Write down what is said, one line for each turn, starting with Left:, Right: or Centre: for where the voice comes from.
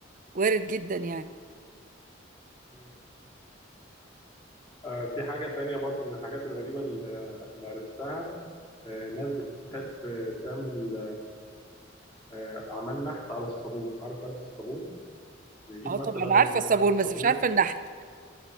Right: وارد جدا يعني
Left: مم. آه في حاجه تانية برضو من الحاجات الغريبه اللي اللي عرفتها آه ناس بتحب تعمل آه، عمل نحت على الصابون عارف انت الصابون يجيب
Right: اه
Left: مثلا
Right: طبعا عارفة الصابون
Left: صابونه
Right: بس مش عارفة النحت